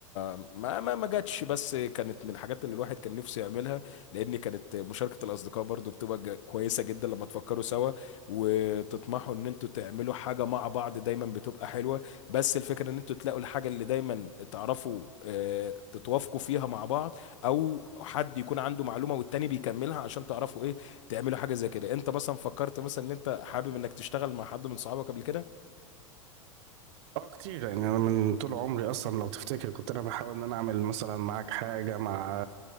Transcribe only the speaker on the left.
ما ما ما جاتش بس كانت من الحاجات اللي الواحد كان نفسه يعملها لان كانت مشاركة الاصدقاء برضو بتبقى ج- كويسة جدا لما تفكروا سوا وتطمحوا ان انتوا تعملوا حاجة مع بعض دايما بتبقى حلوة بس الفكرة ان انتوا تلاقوا الحاجة اللي دايما تعرفوا آه، تتوافقوا فيها مع بعض او حد يكون عنده معلومة والتاني بيكملها عشان تعرفوا ايه تعملوا حاجة زي كده انت مثلا فكرت مثلا ان انت حابب انك تشتغل مع حد من صحابك قبل كده